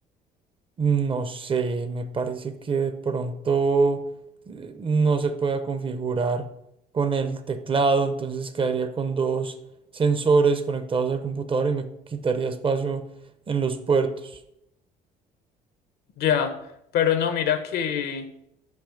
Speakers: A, on the right; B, on the left.
A: no sé, me parece que de pronto eh, no se pueda configurar con el teclado, entonces quedaría con dos sensores conectados al computador y me quitaría espacio en los puertos.
B: Ya, pero no, mira que,